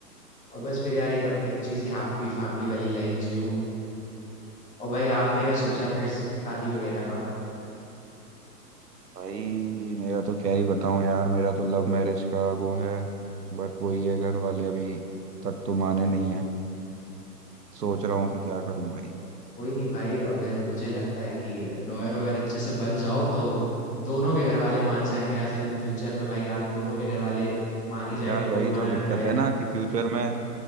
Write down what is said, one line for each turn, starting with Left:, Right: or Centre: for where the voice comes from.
Left: और बस फिर यार एक अपनी अच्छी सी हैप्पी फैमिली वाली लाइफ जीऊँ और भाई आपने क्या सोचा है फिर शादी वगैरह का
Right: भाई मेरा तो क्या ही बताऊं यार मेरा तो लव मैरिज का वो है बट वही है घर वाले अभी तक तो माने नहीं है सोच रहा हूँ कि क्या करूं भाई
Left: कोई नहीं भाई अगर मुझे लगता है कि लॉयर वॉयर अच्छे से बन जाओ तो दोनों के घर वाले मान जाएंगे एज इन इन फ्यूचर में भाई आप दोनों के घर वाले मान ही जाएंगे
Right: यार
Left: कोई
Right: वही
Left: मना
Right: तो
Left: नहीं
Right: दिक्कत
Left: करेगा
Right: है ना कि फ्यूचर में